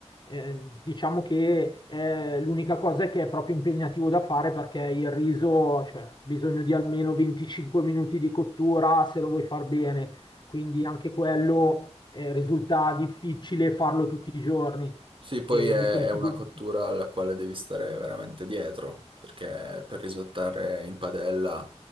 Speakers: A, on the left; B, on the right.
A: Eh, diciamo che eh, l'unica cosa è che è proprio impegnativo da fare perché il riso, cioè, ha bisogno di almeno 25 minuti di cottura se lo vuoi far bene, quindi anche quello eh, risulta difficile farlo tutti i giorni
B: Sì, poi
A: e
B: è,
A: di conseguenza
B: è una cottura alla quale devi stare veramente dietro, perché per risottare in padella